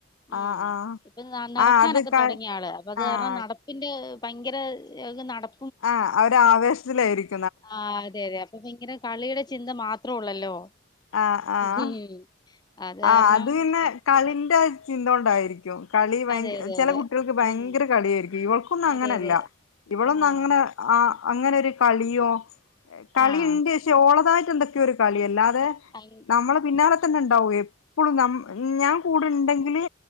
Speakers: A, on the left; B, on the left.
A: മ്
B: ആഹ് ആഹ്
A: ഇപ്പോ നടക്കാനൊക്കെ
B: ആഹ് അത് ക
A: തുടങ്ങി ആള് അപ്പൊ അത്
B: ആഹ്
A: കാരണം നടപ്പിന്റെ ഭയങ്കര ഇയാൾക്ക് നടപ്പ്
B: ആഹ് ആ ഒരു ആവേശത്തിലായിരിക്കും.
A: ആഹ് അതെ, അതേ. അപ്പൊ ഭയങ്ക്... ഇങ്ങനെ കളിയുടെ ചിന്ത മാത്രം ഉള്ളല്ലോ
B: ആഹ് ആഹ്
A: <unintelligible> കാരണം
B: ആഹ് അത് പിന്നെ
A: താമസിക്കും.
B: കളിൻ്റ ഇത് എന്തോണ്ടായിരിക്കും കളി ഭയങ്കര
A: അതെ അതെ
B: ചെല
A: അതെ
B: കുട്ടികൾക്ക് ഭയങ്കര
A: ഉം
B: കളിയായിരിക്കും ഇവൾക്കൊന്നും
A: അതെ
B: അങ്ങനല്ല,
A: അതെ
B: ഇവളൊന്നും
A: ആഹ്
B: അങ്ങനെ ആ അങ്ങനെയൊരു കളിയോ കളിയിണ്ട്
A: ആഹ്
B: പക്ഷേ ഓളതായിട്ട് എന്തൊക്കെയോ ഒരു കളിയല്ലാ തെ
A: അയ്
B: നമ്മള് പിന്നാലെ തന്നെണ്ടാവു എപ് ഇപ്പോളും ഞമ്മ് ഞാൻ കൂടിണ്ടെങ്കില്